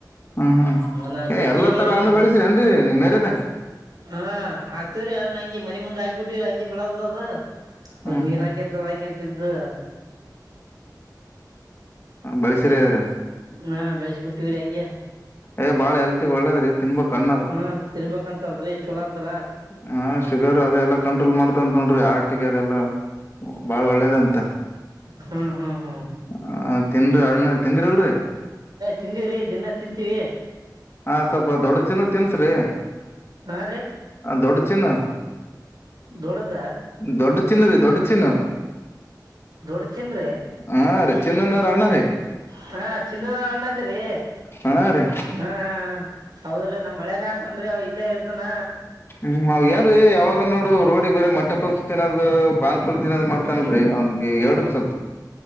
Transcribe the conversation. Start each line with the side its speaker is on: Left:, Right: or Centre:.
Left: ಹ್ಮ್ ಹ್ಮ್
Right: ನಾ
Left: ಏ
Right: ಜಗ್ಗಿ
Left: ಎಲ್ಲಾ
Right: ಆಗ್ಯಾವ್ರಿ
Left: ತರ ಹಣ್ಣು
Right: ಬರ
Left: ಬೆಳಸ್ರರಿ ನ್ರಿ ನಿಮ್ ಏರಿಯಾದಾಗ
Right: ಹಾ ಹಾಕ್ತಿವ್ರಿ ಅ ಹಂಗೆ ಮನಿ ಮುಂದೆ ಹಾಕ್ ಬಿಟ್ಟಿವವ್ರಿ ಹಂಗೆ ಬೆಳದ ಅದು ಅದಿಕ್ಕೆ
Left: ಹ್ಮ್
Right: ನಿರಿ
Left: ಹ್ಮ್
Right: ಹಾಗಿ ಇಂತವು ಹಾಕಿ ಅಂತಿದ್ದು
Left: ಬೆಳೆಸಿರಿ ಆಗದ್ರೆ
Right: ಹಾ ಬೆಳ್ಸಿ ಬಿಟ್ಟಿವ್ರಿ ಹಂಗೆ
Left: ಏ ಬಾಳ ಹೆಲ್ತಿಗ್ ಒಳ್ಳೇದ್ರಿ ತಿನ್ಬೇಕ್ ಹಣ್ಣ್ ಅದ
Right: ಹಾ ತಿನ್ಬೇಕಂತಲ್ರಿ ಚೋಲ ಅಂತಲ್ಲ
Left: ಹ ಶುಗರ್ ಅದೆಲ್ಲಾ ಕಂಟ್ರೋಲ್ ಮಾಡ್ತಂತ ನೋಡ್ರಿ ಹಾರ್ಟಿಗೆ ಅದೆಲ್ಲಾ ಬಾಳ್ ಒಳ್ಳೇದಂತ
Right: ಹಾ ಹಾ ಹಾ
Left: ಆ ತಿನ್ರಿ ಅಣ್ಣ ತಿಂದ್ರಿ ಅಲ್ರರಿ
Right: ತಿಂದೀವ್ರೀ ದಿನಾ ತಿಂತೀವಿ
Left: ಹ ಸ್ವಲ್ಪ ದೊಡ್ಡ ಚಿನ್ನಗ್ ತಿನ್ಸ್ರಿ
Right: ಹಾ ರೀ
Left: ದೊಡ್ಡ ತಿನ್ನು
Right: ದೊಡ್ಡದ
Left: ದೊಡ್ಡ ಚಿನ್ನ ರೀ ದೊಡ್ಡ ಚಿನ್ನ
Right: ದೊಡ್ಡ ಚಿನ್ರಿ
Left: ಹಾಚಿನ್ನರಾರನ್ನರಿ
Right: ಹಾ ಚಿನ್ನದ ಅಣ್ಣಂದ್ರಿ
Left: ಹಾ ರೀ
Right: ಹಾ ಹಾ ಹೌದ್ರಿ ನಮ್ ಮಳೇನೇ ಆತನ್ರೀ ಅವ ಇಲ್ಲೇ ಇರ್ತನ
Left: ಹ್ಮ್ ಅವ ಏನ್ ರೀ ಯಾವಾಗ ನೋಡು ರೋಡಿಗೆ ಬರೀ ಮ ಪುಫ್ ತಿನ್ನೋದು ಪಾನಿಪುರಿ ತಿನ್ನೋದು ಮಾಡ್ತನ್ರಿ ಅವ್ನಿಗೆ ಹೇಳಿರಿ ಸಸ್ವಲ್ಪ